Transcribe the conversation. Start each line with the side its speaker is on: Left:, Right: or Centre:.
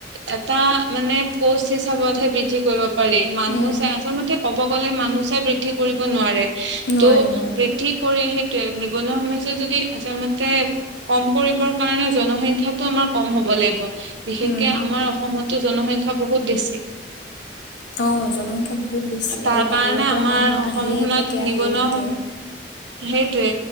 Right: এটা মানে পচ হিচাপে। হে বৃদ্ধি কৰিব পাৰি মানুহ
Left: উম,
Right: চাই আচলতে কব গলে মানুহ চাই বৃদ্ধি কৰিব নোৱাৰে।
Left: নোৱাৰি
Right: ত'
Left: নোৱাৰি।
Right: বৃদ্ধি কৰি সেইটো নিবনুৱা সমস্যা যদি আচলমতে কম কৰিব কাৰণে জনসংখ্যটো আমাৰ কম হ'ব লাগিব বিশেষকে
Left: উম,
Right: আমাৰ অসমতো। জনসংখ্যা বহুত বেছি।
Left: অঁ জনসংখ্যা বহুত বেছি
Right: তাৰ
Left: আৰু বাহিৰৰ
Right: কাৰণে
Left: পৰা
Right: আমাৰ
Left: মানুহ
Right: অসমখনত
Left: আহিয়ে থাকে
Right: নিবনুৱা
Left: আহিয়ে থাকে।
Right: সম
Left: <inaudible>
Right: সেইটোৱে